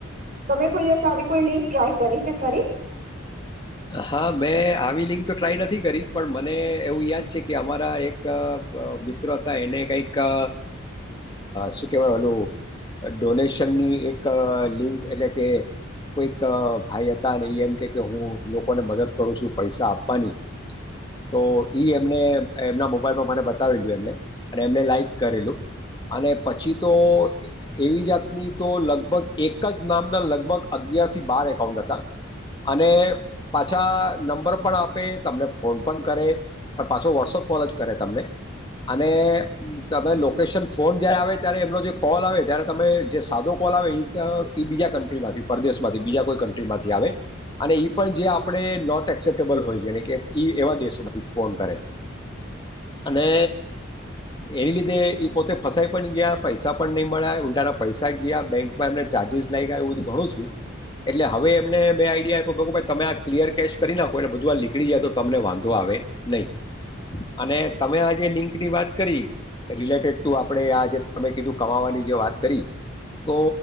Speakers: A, on the right (about 40°); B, on the left (about 20°).
A: તમે કોઈ દિવસ આવી કોઈ લિંક ટ્રાય કરી છે ખરી.
B: હા મેં આવી લિંક તો ટ્રાય નથી કરી પણ મને એવું યાદ છે કે અમારા એક અ મિત્ર હતા એને કંઈક અ શું કેહેવાય ઓલું ડોનેશનની એક લિંક એટલે કે કોઈક ભાઈ હતા અને એમ કે કે હું લોકોને મદદ કરું છું પૈસા આપવાની તો ઈ એમને એમના મોબાઈલમાં મને બતાવેલું એમને અને એમને લાાઈક કરેલું અને પછી તો એવી જાતની તો લગભગ એક જ નામના લગભગ અગિયારથી બાર એકાઉન્ટ હતા અને પાછા નંબર પણ આપે તમને ફોન પણ કરે પણ પાછો વોટ્સઅપ કોલ જ કરે તમને અને તમે લોકેશન ફોન જ્યારે આવે ત્યારે એમનો જે કોલ આવે ત્યારે તમે જે સાદો કોલ આવે ઈતો એ બીજા કન્ટ્રીમાંથી પરદેશમાંથી બીજા કોઈ કન્ટ્રીમાંથી આવે અને ઈ પણ જે આપણે નોટ એક્સેપ્ટેબલ હોઈ જેરેકે ઈ એવા દેશોમાંથી ફોન કરે અને એની લીધે એઈ પોતે ફસાઈ પણ ગયા પૈસા પણ નહીં મળ્યા ઉઊલટાના પૈસા ગયા બેંકમાં એમને ચાર્જિસ લાગ ગયા એવું ઘણું થયું એટલે હવે એમને મેં આઈડિયા આપ્યો બકુ બાઈ. તમે આ ક્લિયર કેશ કરી નાખો એટલે બધું વા નીકળી જાય તો તમને વાંધો આવે નહીં અને તમે આ જે લિંક ની વાત કરી રિલેટેડ ટુ આપણે આ જે ત કીધું કમાવાની જે વાત કરી તો